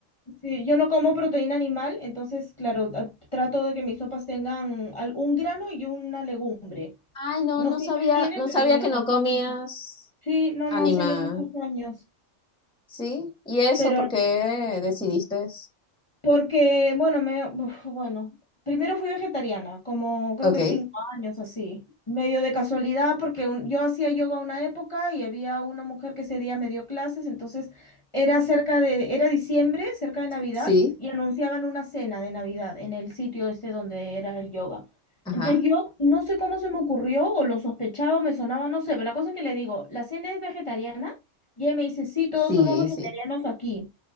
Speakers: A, on the left; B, in the centre.
A: Sí, yo no como proteína animal, entonces, claro, a- trato de que mis sopas tengan al- un grano y una legumbre.
B: Ay, no,
A: No
B: no
A: siempre
B: sabía,
A: tienen,
B: no
A: pero
B: sabía
A: bueno,
B: que
A: con
B: no comías
A: eso ya- Sí, no,
B: animal.
A: no, hace ya muchos años.
B: Sí, ¿y eso
A: Pero
B: por qué decidiste?
A: Porque, bueno, me, uf, bueno, primero fui vegetariana, como creo
B: Ok,
A: que cinco años así, medio de casualidad, porque un- yo hacía yoga una época y había una mujer que ese día me dio clases, entonces era cerca de, era diciembre, cerca de Navidad,
B: sí,
A: y anunciaban una cena de Navidad en el sitio este donde era el yoga.
B: ajá,
A: Entonces yo no sé cómo se me ocurrió, o lo sospechaba, o me sonaba, no sé, pero la cosa es que le digo, la cena es vegetariana, y ella me dice, sí, todos
B: sí,
A: somos vegetarianos
B: sí.
A: aquí